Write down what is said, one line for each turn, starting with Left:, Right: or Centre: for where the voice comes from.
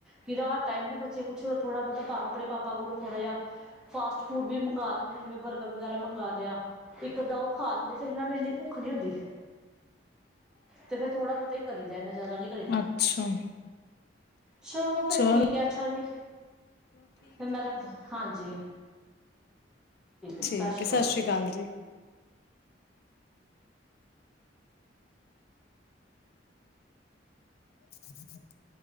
Centre: ਕਿਰਾਇਆ ਤਾਂ ਨਾ ਬਚੇ ਆ ਕੁਛ ਥੋੜ੍ਹਾ ਬਹੁਤਾ ਆਪਣੇ ਪਾਪਾ ਕੋਲੋਂ ਥੋੜ੍ਹਾ ਜਾ ਫਾਸਟ ਫੂਡ ਵੀ ਮੰਗਵਾ ਦਿੰਦੇ ਜਿਵੇਂ ਬਰਗਰ ਵਗੈਰਾ ਮੰਗਵਾ ਲਿਆ। ਇੱਕ ਤਾਂ ਉਹ ਖਾ ਲਿੰਦੇ ਫਿਰ ਇਹਨਾਂ ਨੂੰ ਇੰਨੀ ਭੁੱਖ ਨਹੀਂ ਹੁੰਦੀ। 'ਤੇ ਫੇਰ ਥੋੜ੍ਹਾ ਬਹੁਤਾ ਹੀ ਕਰੀਦਾ ਇੰਨਾ ਜ਼ਿਆਦਾ ਨੀ ਕਰੀਦਾ।
Left: ਅੱਛਾ।
Centre: ਚਲੋ ਫਿਰ
Left: ਚਲੋ
Centre: ਠੀਕ ਹੈ ਅੱਛਾ ਜੀ, ਫਿਰ ਮੈਂ ਰੱਖਦਾ, ਹਾਂਜੀ।
Left: ਠੀਕ
Centre: ਜੀ ਸ਼੍ਰੀ
Left: ਹੈ, ਸਤਿ
Centre: ਅਕਾਲ ਜੀ
Left: ਸ੍ਰੀ ਆਕਾਲ ਜੀ। <inaudible>